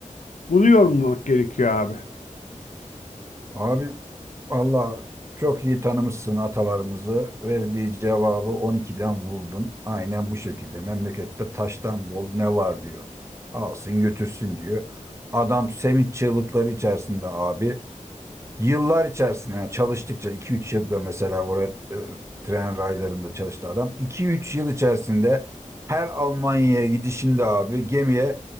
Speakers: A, on the left (about 70°); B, on the right (about 20°).
A: Bunu yorumlamak gerekiyor abi.
B: abi Valla çok iyi tanımışsın atalarımızı. Verdiği cevabı 12'den vurdun. Aynen bu şekilde. Memlekette taştan bol ne var diyor. Alsın götürsün diyor. Adam sevinç çığlıkları içerisinde abi. Yıllar içerisinde yani çalıştıkça iki üç yılda mesela oraya e, tren raylarında çalıştı adam. iki üç yıl içerisinde her Almanya'ya gidişinde abi gemiye